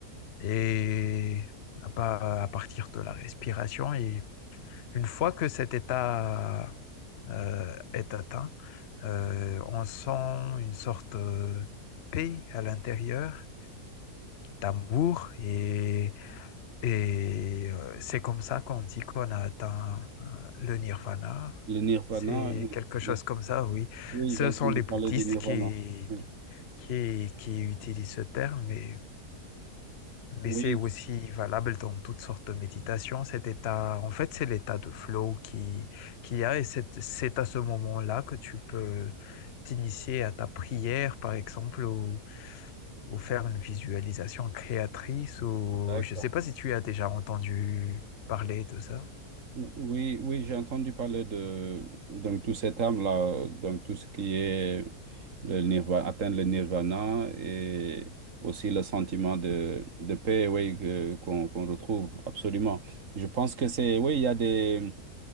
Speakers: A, on the left (about 50°); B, on the right (about 55°).
A: et à, pa- à partir de la respiration et une fois que cet état euh, est atteint, euh, on sent une sorte de paix à l'intérieur, d'amour, et, et euh, c'est comme ça qu'on dit qu'on a atteint euh, le nirvana.
B: Le nirvana,
A: C'est quelque chose
B: euh,
A: comme ça, oui.
B: oui,
A: Ce
B: j'ai entendu
A: sont les
B: parler
A: bouddhistes
B: du nirvana.
A: qui,
B: Oui,
A: qui, qui utilisent ce terme, mais mais
B: oui,
A: c'est aussi valable dans toutes sortes de méditations. Cet état, en fait, c'est l'état de flow qui, qu'il y a et c'est, c'est à ce moment-là que tu peux t'initier à ta prière, par exemple, ou, ou faire une visualisation créatrice ou
B: d'accord.
A: je ne sais pas si tu as déjà entendu parler de ça.
B: Ou- Oui, oui, j'ai entendu parler de donc tout cet âme-là, donc tout ce qui est le nirvana, atteindre le nirvana et aussi le sentiment de, de paix, oui, que- qu'on qu'on retrouve absolument. Je pense que c'est, oui, il y a des,